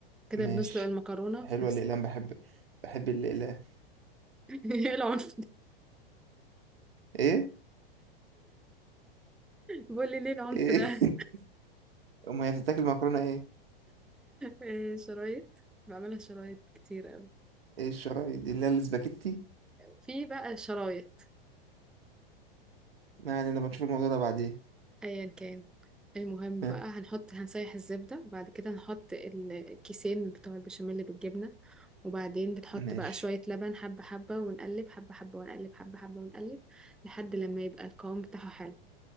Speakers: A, in the centre; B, on the right.
A: كده
B: ماشي
A: بنسلق المكرونة
B: حلوه
A: في نفس
B: الاقلام بحب بحب الاقلام
A: <laughs> ايه العنف ده؟
B: ايه
A: بقول لي ليه العنف
B: ايه
A: ده <laughs>
B: <laughs> امال هي بتتاكل مكرونه ايه
A: إيه شرايط بعملها شرايط كتير قوي
B: ايه الشرايط دي اللي هي الاسباجيتي
A: في بقى شرايط
B: ما علينا بنشوف الموضوع ده بعدين
A: ايا كان المهم بقى
B: ها
A: هنحط هنسيح الزبدة وبعد كده نحط ال- الكيسين بتوع البشاميل بالجبنة وبعدين بتحط
B: ماشي
A: بقى شوية لبن حبة حبة ونقلب حبة حبة ونقلب حبة حبة ونقلب لحد لما يبقى القوام بتاعه حلو